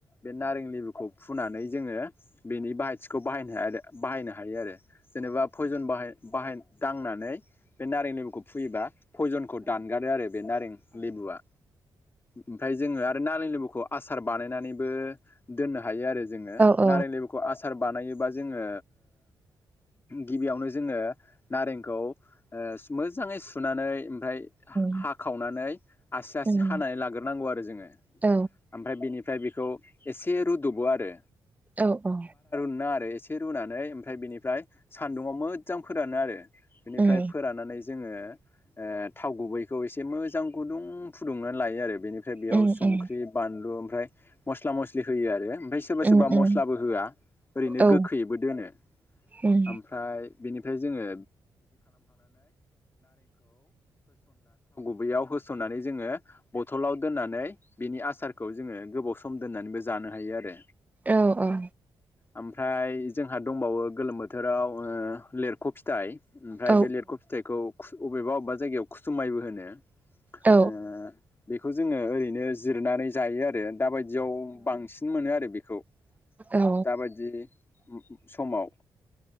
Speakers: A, on the left (about 30°); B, on the right (about 20°).
A: बे नारें लेबुखौ फुनानै जोङो बेनि बाहायथिख खौ बाहायनो बाहायनो हायो आरो जेनेबा पयजन बाहाय बाहाय दांनानै बे नारें लेबुखौ फुयोबा पयजनखौ दानगारो आरो बे नारें लेबुआ। ओमफ्राय जोङो आरो नारें लेबुखौ आसार बानायनानैबो दोननो हायो। हायो आरो जोङो
B: औ
A: नारें लेबुखौ आसार बानायोबा जोङो। गिबियावनो जोङो नारेंखौ मोजाङै ओ सुनानै ओमफ्राय
B: औ
A: हाखावनानै आसि आसि
B: औ
A: हानानै लाग्रोनांगौ आरो जोङो।
B: औ
A: ओमफ्राय बिनिफ्राय बेखौ एसे रुदबो आरो।
B: औ औ।
A: ना आरो एसे रुनानै ओमफ्राय बेनिफ्राय सान्दुंङाव मोजां फोरानो आरो। बेनिफ्राय
B: उम
A: फोराननानै जोङो। ओ थाव गुबैखौ एसे मोजां गुदुं फुदुंनानै लायो आरो बेनिफ्राय बेयाव
B: उम
A: संख्रि
B: उम
A: बानलु ओमफ्राय मस्ला मस्लि होयो आरो। ओमफ्राय सोरबा
B: उम
A: सोरबा मस्लाबो
B: उम
A: होआ ओरैनो
B: औ
A: गोखैयैबो दोनो
B: उम
A: ओमफ्राय बेनिफ्राय जोङो ब होस'नानै जोङो बथलाव दोननानै बिनि आसारखौ जोङो गोबाव सम दोननानैबो जानो हायो आरो।
B: औ औ।
A: ओमफ्राय जोंहा दंबावो गोलोम बोथोराव ओ लिरख' फिथाइ ओमफ्राय
B: औ
A: बे लिरख' फिथाइखौ अबेबा अबेबा जायगायाव खुसुमायबो होनो।
B: औ
A: ओ बेखौ जोङो ओरैनो जिरनानै जायो आरो। दाबायदियाव बांसिन मोनो आरो बेखौ
B: औ
A: दाबायदि समाव